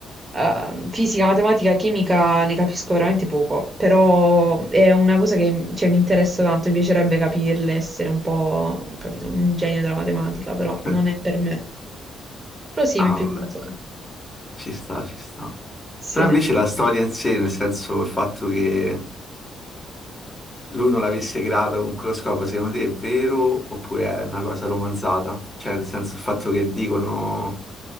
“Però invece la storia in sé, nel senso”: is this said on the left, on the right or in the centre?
Left